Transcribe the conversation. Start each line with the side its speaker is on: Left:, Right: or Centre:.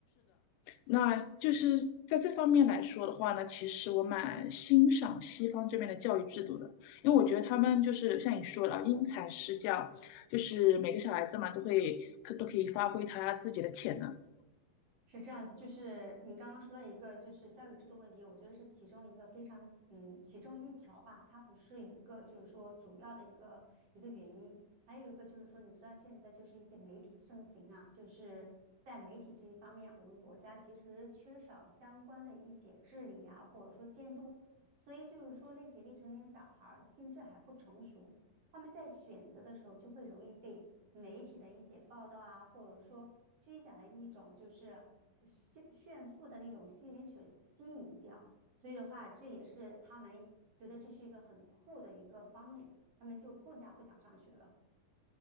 Left: 那就是在这方面来说的话呢，其实我蛮欣赏西方这边的教育制度的，因为我觉得他们就是像你说的啊，因材施教，就是每个小孩子嘛，都会可都可以发挥他自己的潜能。
Right: 是这样，就是你刚刚说到一个就是教育制度问题，我觉得是其中一个非常嗯其中一条吧，它不是一个就是说主要的一个一个原因，还有一个就是说，你知道现在就是一些媒体盛行啊，就是在媒体这一方面，我们国家其实缺少相关的一些治理啊，或者说监督，所以就是说那些未成年小孩儿心智还不成熟，他们在选择的时候就会容易被。媒体的一些报道啊，或者说虚假的一种就是炫炫富的那种吸引力所吸引掉。所以的话，这也是他们觉得这是一个很酷的一个方面，他们就更加不想上学了。